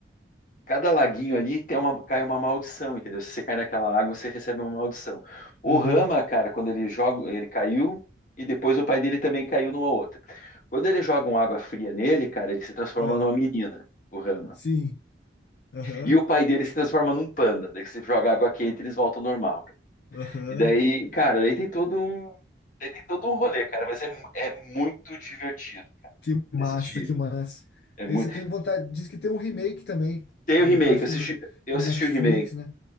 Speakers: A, on the left; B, on the left.
A: cada laguinho ali tem uma, cai uma maldição, entendeu? Se você cai naquela água, você recebe uma maldição. O
B: Aham.
A: Rama, cara, quando ele joga, ele caiu e depois o pai dele também caiu numa outra. Quando eles jogam água fria nele, cara, ele se transforma
B: Ah.
A: numa menina, o Rama.
B: Sim. Aham.
A: E o pai dele se transforma num panda. Daí você joga água quente, e eles voltam ao normal,
B: Aham.
A: E daí, cara, daí tem todo um, daí tem todo um rolê, cara, mas é, mu- é muito divertido, cara,
B: Que massa,
A: de assistir.
B: que massa.
A: É muito.
B: Esse eu tenho vontade. Diz que tem um remake também.
A: Tem
B: do-
A: o remake,
B: do- Acho
A: eu assisti,
B: que no,
A: eu
B: no
A: assisti
B: Netflix,
A: o remake.
B: né?